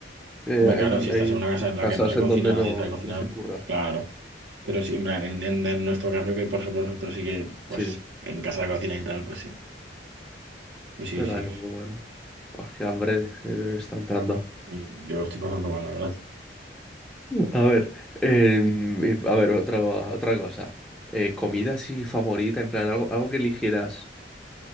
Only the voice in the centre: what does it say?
eh,
hay,
hay
casas
en
donde no,
no se curra.
Sí,
verdad
que muy bueno. Pues qué hambre eh, está entrando.
A ver, em, eh, a ver, otra, otra cosa. Eh, comida así favorita, en plan, algo, algo que eligieras.